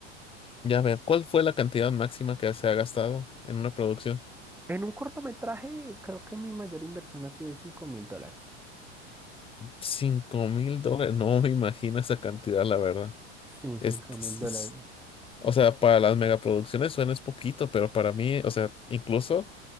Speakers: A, on the left (about 15°); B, in the centre.
A: Ya ver, ¿cuál fue la cantidad máxima que se ha gastado en una producción?
B: En un cortometraje, creo que mi mayor inversión ha sido cinco mil dólares.
A: Cinco mil dólares. No me imagino esa cantidad, la verdad.
B: Sí, cinco
A: Es-
B: mil
A: es-
B: dólares.
A: es- o sea, para las megaproducciones suena es poquito, pero para mí, o sea, incluso